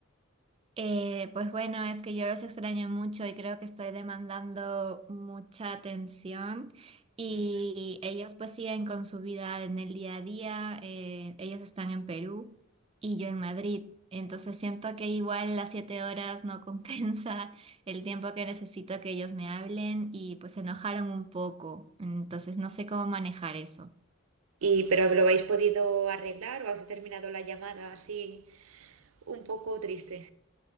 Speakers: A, on the right; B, on the right.
A: Eh, pues bueno, es que yo los extraño mucho y creo que estoy demandando mucha atención y
B: Ujú.
A: ellos pues siguen con su vida en el día a día, eh, ellos están en Perú y yo en Madrid, entonces siento que igual las siete horas no <laughs> compensa el tiempo que necesito que ellos me hablen y pues se enojaron un poco, entonces no sé cómo manejar eso.
B: Y, pero lo habéis podido arreglar o has terminado la llamada así un poco triste.